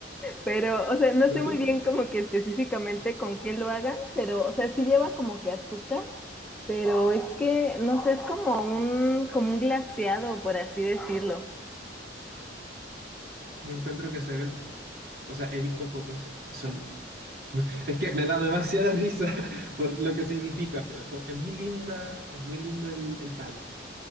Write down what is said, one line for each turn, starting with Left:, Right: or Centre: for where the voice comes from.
Centre: Pero, o sea, no
Right: No
Centre: sé
Right: tengo,
Centre: muy bien como que específicamente con qué lo hagan, pero, o sea, sí lleva como que azúcar, pero es que, no sé, es como un, como un glaseado, por así decirlo.
Right: yo encuentro que se ven, o sea, he visto fotos y son, es que me da demasiada risa <laughs> por lo que significa, pero so- es muy linda, es muy lindo el, el pan.